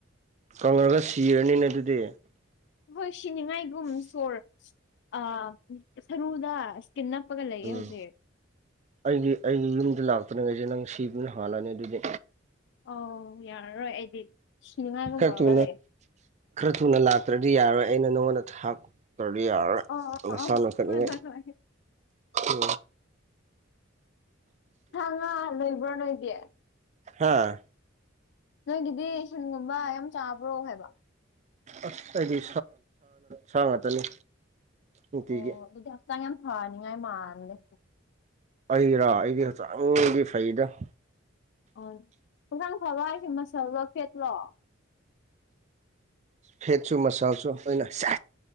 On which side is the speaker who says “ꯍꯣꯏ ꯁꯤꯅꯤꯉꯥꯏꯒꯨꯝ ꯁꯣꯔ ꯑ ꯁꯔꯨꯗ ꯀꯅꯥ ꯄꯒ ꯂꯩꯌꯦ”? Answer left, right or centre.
Left